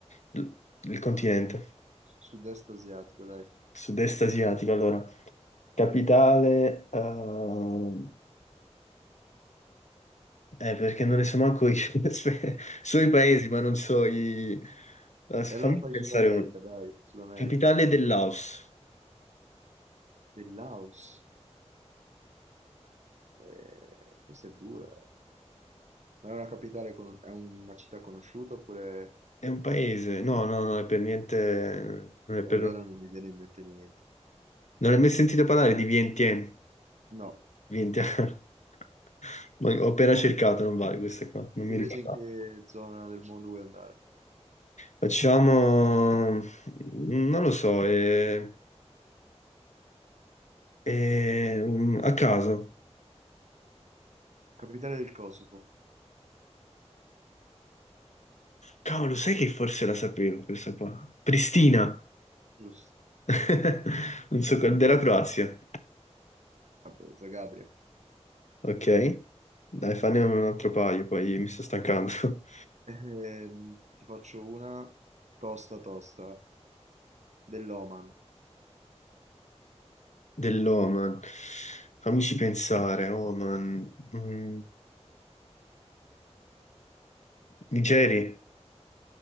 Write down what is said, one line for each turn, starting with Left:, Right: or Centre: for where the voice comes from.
Left: il- il continente,
Right: Sud-est asiatico, dai.
Left: sud-est asiatico, allora. Capitale, ehm, eh, perché non ne so manco io. <laughs> Aspe- So i paesi, ma non so i... eh, Fammi
Right: E allora fai
Left: pensare
Right: Sud America,
Left: uno.
Right: dai. Sud America.
Left: Capitale del Laos.
Right: Del Laos. Eh, questa è dura, eh. Ma è una capitale, con- è una città conosciuta oppure...
Left: È un paese? No, no, no, è per niente... Non è per...
Right: E allora non mi viene in mente niente.
Left: Non hai mai sentito parlare di Vientiane?
Right: No.
Left: Vientiane.
Right: mai.
Left: <laughs> Ma Ho appena cercato, non vale questa qua, non mi
Right: Invece
Left: ricordavo.
Right: in che zona del mondo vuoi andare?
Left: Facciamo, non lo so, eh, eh, un- a caso.
Right: Capitale del Kosovo,
Left: Cavolo, sai che forse la sapevo questa qua? Pristina,
Right: giusto.
Left: <laughs> non so, qual- della Croazia.
Right: Ah, boh, Zagabria.
Left: Ok, dai, fanne un altro paio, poi mi sto stancando. <laughs>
Right: Ehm, ti faccio una tosta tosta dell'Oman.
Left: Dell'Oman. Fammici pensare, Oman. mm, Nigeria.